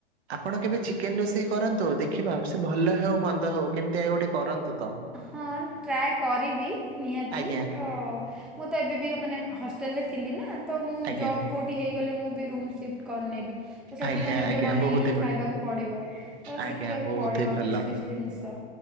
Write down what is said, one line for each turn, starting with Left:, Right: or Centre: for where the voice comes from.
Right: ଆପଣ କେବେ ଚିକେନ୍ ରୋଷେଇ କରନ୍ତୁ ଦେଖିବା ସେ ଭଲ ହଉ ମନ୍ଦ ହଉ କେମିତି ଆ ଗୋଟେ କରନ୍ତୁ ତ।
Centre: ହଁ ଟ୍ରାଏ କରିବି ନିହାତି
Right: ଆଜ୍ଞା
Centre: ତ ମୁଁ ତ ଏବେ ବି ମାନେ ହଷ୍ଟେଲରେ ଥିଲି ନା ତ ମୁଁ
Right: ଆଜ୍ଞା
Centre: ଜବ୍ କୋଉଠି ହେଇଗଲେ ମୁଁ ବି ରୁମ୍ ସିଫ୍ଟ କରିନେବି। ତ ସେଇଠି
Right: ଆଜ୍ଞା
Centre: ତ ନିଜେ
Right: ଆଜ୍ଞା
Centre: ବନେଇକି
Right: ବହୁତ
Centre: ହିଁ
Right: ହି ବଢି
Centre: ଖାଇବାକୁ ପଡ଼ିବ ତ
Right: ଆଜ୍ଞା
Centre: ଶିଖିବାକୁ
Right: ବହୁତ
Centre: ପଡ଼ିବ
Right: ହି ଭଲ।
Centre: କିଛି କିଛି ଜିନିଷ।